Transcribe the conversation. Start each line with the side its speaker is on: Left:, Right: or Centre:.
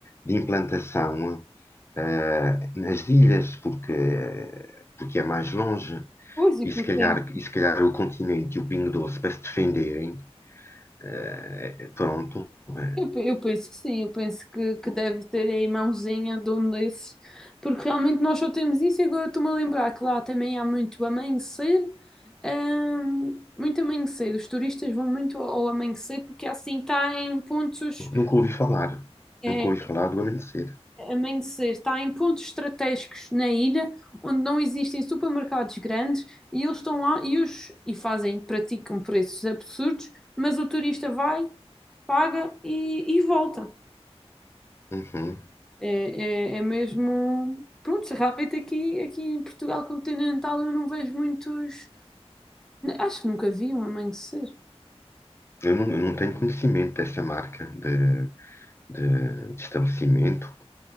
Left: de implantação, eh, nas ilhas, porque, porque é mais longe.
Centre: coisa, e
Left: E
Centre: porque
Left: se calhar,
Centre: tem
Left: e se calhar o continente e o Pingo Doce para se defenderem, eh, pronto. eh,
Centre: Eu, pe- eu penso que sim, eu penso que, que deve ter aí mãozinha de um desses, porque realmente nós só temos isso. E agora estou-me a lembrar que lá também há muito amanhecer, hum, muito amanhecer. Os turistas vão muito ao ao amanhecer porque assim está em pontos.
Left: Nunca ouvi falar.
Centre: eh,
Left: Nunca ouvi falar do amanhecer
Centre: Amanhecer está em pontos estratégicos na ilha onde não existem supermercados grandes e eles estão lá e, os, e fazem, praticam preços absurdos, mas o turista vai, paga e, e volta.
Left: Uhum.
Centre: É, é- é mesmo. Pronto, realmente aqui, aqui em Portugal continental eu não vejo muitos. Acho que nunca vi um amanhecer.
Left: Eu não, eu não tenho conhecimento dessa marca de, de, de estabelecimento.